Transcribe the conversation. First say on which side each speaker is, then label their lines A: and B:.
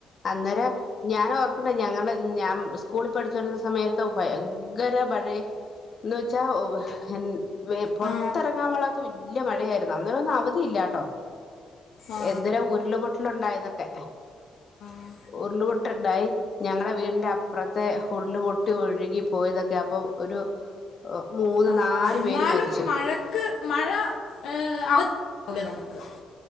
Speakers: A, on the left; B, on the left.
A: അന്നേരം ഞാൻ ഓർക്കിണ്ട് ഞങ്ങള് ഞാൻ സ്കൂളിൽ പഠിച്ചോണ്ടിരുന്ന സമയത്ത് ഭയങ്കര മഴ എന്ന് വെച്ചാൽ ഒ വെ പൊറത്തിറങ്ങാൻ
B: ആ
A: പാടില്ലാത്ത വല്യ മഴയായിരുന്നു അന്നേരം ഒന്നും അവധി ല്ലാട്ടോ
B: ആ ആ
A: എന്തോരോ ഉരുളപൊട്ടലുണ്ടായതൊക്കെ.
B: ആ
A: ഉരുള്പൊട്ടുണ്ടായി ഞങ്ങടെ വീടിന്റെ അപ്പുറത്തെ ഉരുള് പൊട്ടി ഒഴുകി പോയതൊക്കെ അപ്പോ ഒരു ഓഹ് മൂന്ന്
B: ആ,
A: നാലു
B: എന്നാലും
A: പേര് മരിച്ചു.
B: മഴക്ക് മഴ ഏഹ് <unintelligible> നമുക്ക്